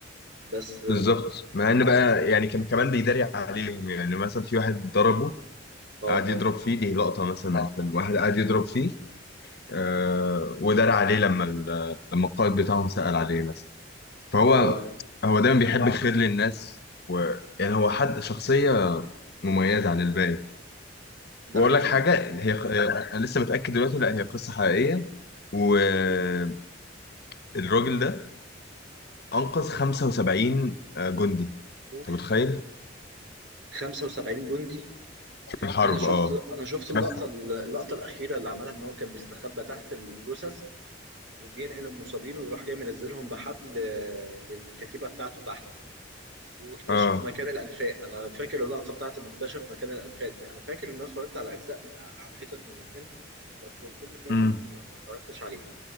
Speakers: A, on the right; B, on the left.
A: بس
B: بالظبط مع ان بقى يعني كان كمان بيداري عليهم يعني مثلا في واحد ضربه
A: اه
B: قعد يضرب فيه دي لقطة مثلا من اه الفيلم واحد قعد يضرب فيه آه ودار عليه لما ال- لما القائد بتاعهم سأل عليه مثلا فهو
A: اه
B: هو دايما بيحب اه الخير للناس و يعني هو حد شخصية مميزة عن الباقي
A: ده
B: وأقول
A: حقيقي
B: لك حاجة هي هي- أنا لسه متأكد دلوقتي لا هي قصة حقيقية والراجل ده أنقذ 75 جندي
A: اوف
B: أنت متخيل؟
A: 75 جندي
B: في الحرب
A: انا شفت
B: أه
A: انا شفت
B: في
A: اللقطة
B: نفس-
A: اللقطة الأخيرة اللي عملها ان هو كان بيستخبى تحت الجثث وبينقل المصابين ويروح جاي منزلهم بحبل آه، للكتيبه بتاعته تحت واكتشف
B: اه
A: مكان الانفاق انا فاكر اللقطه بتاعت انه اكتشف مكان الانفاق دي انا فاكر ان انا اتفرجت على اجزاء من- او حتت من الفيلم بس الفيلم كامل
B: امم
A: ما اتفرجتش عليه